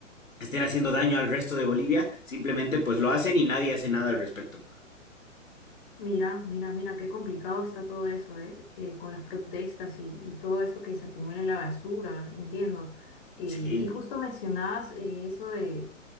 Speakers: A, on the left (about 80°); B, on the left (about 45°).
A: estén haciendo daño al resto de Bolivia, simplemente pues lo hacen y nadie hace nada al respecto.
B: Mira, mira, mira, qué complicado está todo eso, ¿eh? Eh, con las protestas y, y todo esto que se acumula en la basura, entiendo. Eh,
A: Sí,
B: y justo mencionabas eh, eso de